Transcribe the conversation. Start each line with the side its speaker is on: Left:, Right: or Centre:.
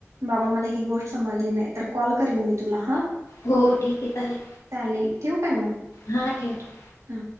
Right: बाबा मला ही गोष्ट समजली नाही तर कॉल करीन मी तुला हा
Left: हो ठीक आहे चालेल
Right: चालेल ठेवू काय मग
Left: हा ठेव की
Right: हा